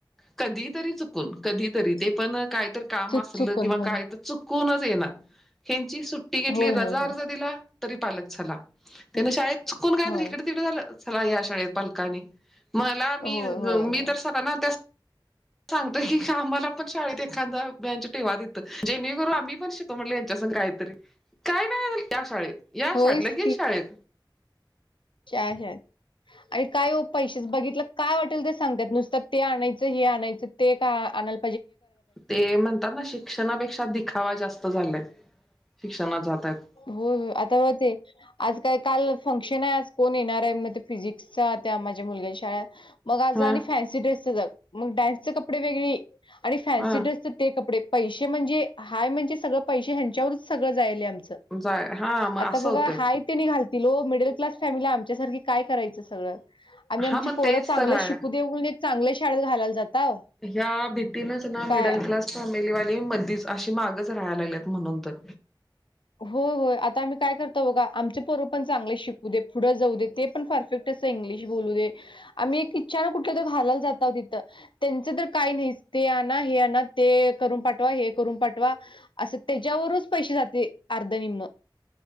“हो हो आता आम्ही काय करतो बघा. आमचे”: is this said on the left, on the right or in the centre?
Left